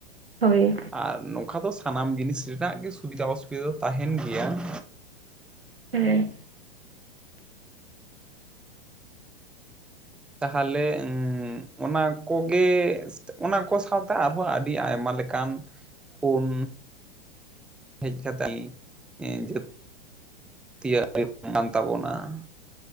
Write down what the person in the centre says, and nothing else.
ᱟᱨ ᱱᱚᱠᱷᱟ ᱫᱚ ᱥᱟᱱᱟᱢ ᱡᱤᱱᱤᱥ ᱨᱤᱱᱟᱜ ᱜᱮ ᱥᱩᱵᱤᱫᱟ ᱚᱥᱩᱵᱤᱫᱟ ᱫᱚ ᱛᱟᱦᱮᱱ ᱜᱮᱭᱟ ᱾
ᱛᱟᱦᱟᱞᱮ ᱩᱸ ᱚᱱᱟ ᱠᱚ ᱜᱮ ᱚᱱᱟ ᱠᱚ ᱥᱟᱶᱛᱮ ᱟᱨ ᱦᱚᱸ ᱟᱰᱤ ᱟᱭᱢᱟ ᱞᱮᱠᱟᱱ ᱯᱷᱳᱱ ᱦᱮᱡ ᱠᱟᱛᱮᱜ ᱟᱹᱞ ᱤ ᱡᱟᱹ ᱛᱤᱭᱟᱜ ᱦᱩᱭᱩᱜ ᱠᱟᱱ ᱛᱟᱵᱚᱱᱟ ᱾